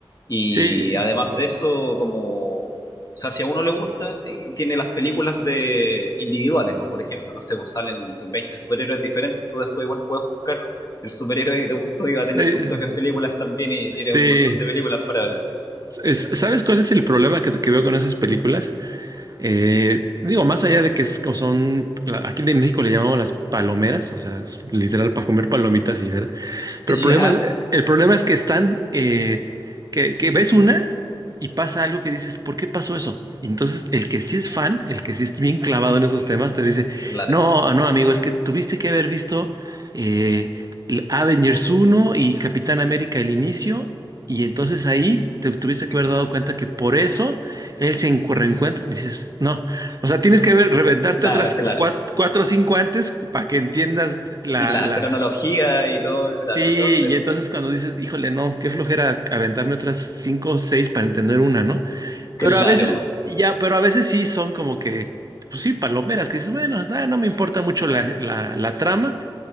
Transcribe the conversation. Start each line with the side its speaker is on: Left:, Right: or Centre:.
Left: Y
Right: Sí,
Left: además de eso, como o sea, si a uno le gusta, eh, tiene las películas de individuales, o por ejemplo, no sé, pues salen 20 superhéroes diferentes, tú después igual puedes buscar el superhéroe que te gustó y va a tener
Right: Eh,
Left: sus propias películas también y
Right: sí.
Left: tiene un montón de películas para ver. <laughs>
Right: es- ¿Sabes cuál es el problema que, que veo con esas películas? Eh, digo, más allá de que es como son, aquí en México le llamamos las palomeras, o sea, es literal para comer palomitas y ver. Pero
Left: Ya,
Right: el problema es, el problema es que están, eh, que, que ves una y pasa algo que dices, ¿por qué pasó eso? Y entonces el que sí es fan, el que sí es bien clavado
Left: mm,
Right: en esos temas, te dice,
Left: claro,
Right: no, ah, no, amigo, es que tuviste que haber visto eh, l- Avengers uno y Capitán América el inicio, y entonces ahí te tuviste que
Left: eh,
Right: haber dado cuenta que por eso él se encu- reencuentra. Dices, no, o sea, tienes que haber, reventarte
Left: la,
Right: otras
Left: claro.
Right: cuat- cuatro, o cinco antes para que entiendas la,
Left: Y la
Right: la,
Left: cronología y todo, claro,
Right: Sí,
Left: el orden,
Right: y entonces cuando dices, híjole, no, qué flojera aventarme otras cinco o seis para entender una, ¿no?
Left: claro.
Right: Pero a veces, ya, pero a veces sí son como que, pues sí, palomeras, que dices, bueno, ah, no me importa mucho la, la, la trama,